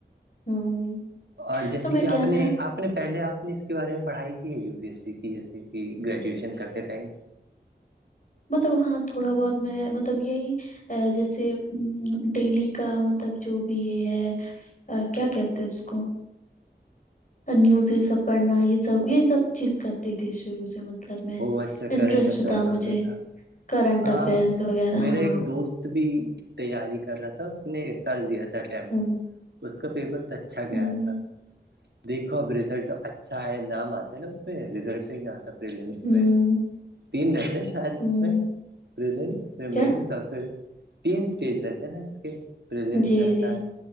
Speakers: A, on the left (about 45°); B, on the right (about 70°).
A: ہوں
B: اور جیسے
A: تو میں
B: کہ
A: کیا
B: آپ نے
A: تھا
B: آپ نے پہلے آپ نے کے بارے میں پڑھائی کی ہے یو پی ایس سی کی جیسے کہ گریجویشن کرتے ٹائم
A: مطلب ہاں تھوڑا بہت میں مطلب یہی ا جیسے ڈیلی کا مطلب جو بھی یہ ہے کیا کہتے اس کو نیوز یہ سب پڑھنا یہ سب یہ سب چیز کرتی تھی شروع سے مطلب مطلب میں
B: او اچھا
A: انٹرسٹ
B: کرنٹ افیئر
A: تھا
B: وغیرہ
A: مجھے کرنٹ
B: ہاں
A: افیئرس وغیرہ
B: میرا
A: ہاں
B: ایک دوست بھی تیاری کر رہا تھا اس نے اس سال دیا تھا ٹٹیم
A: ہوں
B: اس کا پیپر ت اچھا
A: ہوں
B: گیا تھا دیکھو اب ریزلٹ اچھا ہے نام آتا ہے نا اس میں رزلٹ تو ہی ن آتا پلمس
A: ہوں
B: میں تین نترے شاید
A: ہوں
B: اس میں پرلمس میں
A: کیا
B: مینس پھر تین اسٹیج رہتے نا اس کے پریلیمس
A: جی
B: رہتا
A: جی
B: ہے